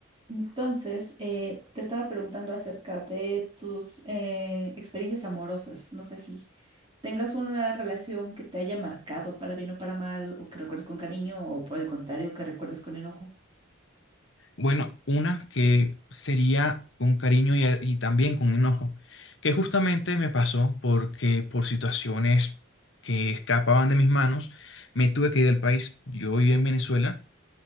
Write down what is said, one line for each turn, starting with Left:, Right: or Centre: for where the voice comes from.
Right: Entonces, eh, te estaba preguntando acerca de tus eh, experiencias amorosas. No sé si tengas una relación que te haya marcado para bien o para mal, o que recuerdes con cariño, o por el contrario, que recuerdes con enojo.
Left: Bueno, una que sería con cariño y, y también con enojo, que justamente me pasó porque por situaciones que escapaban de mis manos, me tuve que ir del país. Yo vivía en Venezuela,